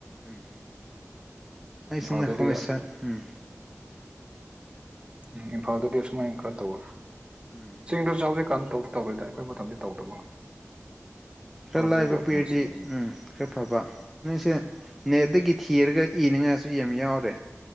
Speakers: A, in the centre; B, on the right.
A: ꯎꯝ ꯑꯩꯁꯨꯅ
B: ꯏꯝꯐꯥꯜꯗꯗꯤ
A: ꯍꯣꯝꯑꯦꯁꯥꯏ ꯎꯝ
B: ꯎꯝ ꯏꯝꯐꯥꯜꯗꯗꯤ ꯑꯁꯨꯃꯥꯏ ꯈꯔ ꯇꯧꯔꯦ
A: ꯎꯝ
B: ꯆꯦꯡꯗꯨꯁꯨ ꯍꯧꯖꯤꯀꯟ ꯇꯧ ꯇꯧꯒ꯭ꯔꯦꯗ ꯑꯩꯈꯣꯏ ꯃꯇꯝꯗꯤ ꯇꯧꯗꯕ
A: ꯇꯥ
B: ꯄ꯭ꯔꯣꯖꯦꯛ
A: ꯂꯥꯏꯕ
B: ꯋꯥꯔꯛꯀꯨꯝꯕꯁꯦ
A: ꯄꯤꯔꯗꯤ ꯎꯝ ꯈꯔ ꯐꯕ ꯅꯣꯏꯁꯤꯅ ꯅꯦꯠꯇꯒꯤ ꯊꯤꯔꯒ ꯏꯅꯤꯡꯉꯥꯏꯁꯨ ꯌꯥꯝ ꯌꯥꯎꯔꯦ